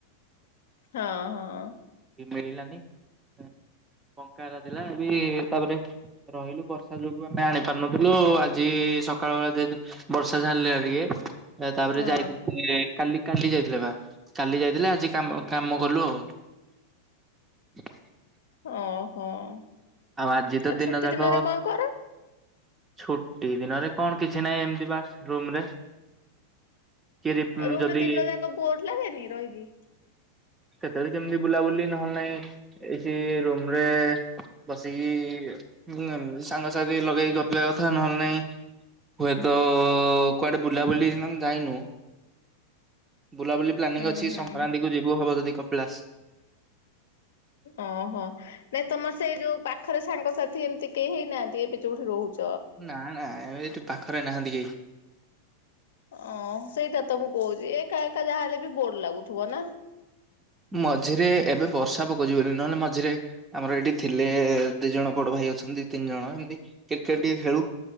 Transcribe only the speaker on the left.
ହଁ ହଁ ।
ହଁ।
ଓହୋ, ଆଉ
ଛୁଟି
ଦିନରେ କଣ କର?
ଆଉ ରୁମ
ରେ ଦିନ ଜାକ ବୋର ଲାଗେନି ରହିକି?
ହୁଁ
ହୁଁ।
ଓହୋ, ନାଇଁ ତମର ସେଇ ଯୋଉ ପାଖରେ ସାଙ୍ଗସାଥି ଏମିତି କେହି ହେଇନାହାନ୍ତି, ଏବେ ଯେଉଠି ରହୁଛ?
ଓ ସେଇଟା ତ, ମୁଁ କହୁଛି, ଏକା ଏକା ଯାହା ହେଲେ ବି ବୋର ଲାଗୁଥିବ ନା